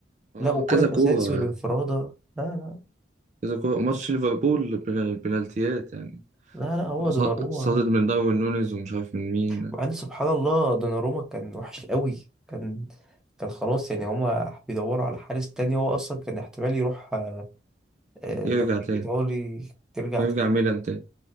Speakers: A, on the right; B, in the centre.
A: اه
B: لا وكرة
A: كذا كوره
B: اسينسيو الانفرادة لا لا
A: كذا كوره ماتش ليفربول بن- البنالتيات يعني
B: لا لا هو
A: هو ص-
B: دوناروما
A: صدد من داروين نونيز ومش عارف من مين
B: وبعدين سبحان الله دوناروما كان وحش قوي كان كان خلاص يعني هما بيدوروا على حارس تاني هو اصلا كان احتمال يروح آه، آه،
A: يرجع
B: الدوري
A: تاني
B: الايطالي ترجع
A: يرجع
B: تاني.
A: ميلان تاني